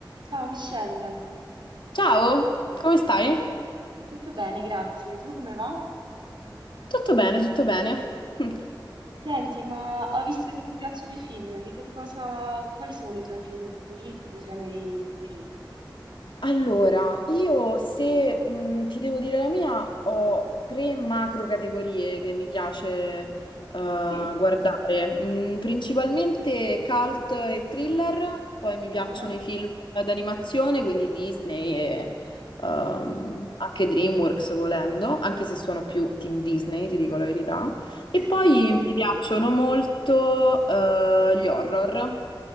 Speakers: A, on the right; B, on the left.
A: Ciao Michelle,
B: Ciao, come stai?
A: tutto bene, grazie. Tu come va?
B: Tutto bene, tutto bene. <laughs>
A: Senti, ma ho visto che ti piacciono i film, di che cosa, quali sono i tuoi film preferiti, i tuoi generi preferiti?
B: Allora, io se mh, ti devo dire la mia, ho tre macro categorie che mi piace eh, guardare.
A: Sì.
B: Mm, principalmente cult e thriller, poi mi piacciono
A: Ah.
B: i film d'animazione, quindi Disney e ehm,
A: Mhm.
B: anche DreamWorks volendo, anche se sono più team Disney, ti dico la verità. E
A: <laughs>
B: poi
A: Sì.
B: mi piacciono molto eh, gli horror.